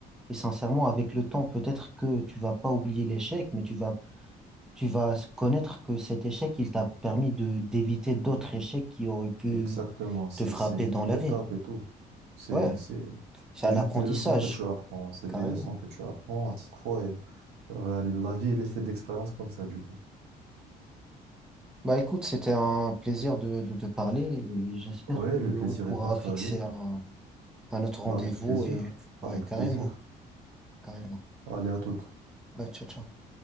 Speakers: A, in the centre; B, on the right (about 75°).
A: Et sincèrement, avec le temps, peut-être que tu vas pas oublier l'échec, mais tu vas, tu vas connaître que cet échec, il t'a permis de, d'éviter d'autres échecs qui auraient pu
B: exactement, c'est,
A: te frapper
B: c'est juste
A: dans
B: une
A: la
B: étape
A: vie.
B: et tout. C'est,
A: Ouais,
B: c'est,
A: c'est
B: c'est
A: un
B: juste
A: apprentissage.
B: des leçons que tu apprends, c'est
A: Carrément.
B: des leçons que tu apprends à chaque fois et, euh, la vie, elle est faite d'expériences comme ça, du coup.
A: Bah écoute, c'était un plaisir de, de te parler et j'espère
B: Ouais,
A: qu'on
B: le plaisir
A: pourra
B: est partagé.
A: fixer un, un autre rendez-vous
B: Bah avec plaisir,
A: et ouais,
B: avec
A: carrément,
B: plaisir.
A: carrément.
B: Allez, à toutes.
A: Ouais, ciao, ciao.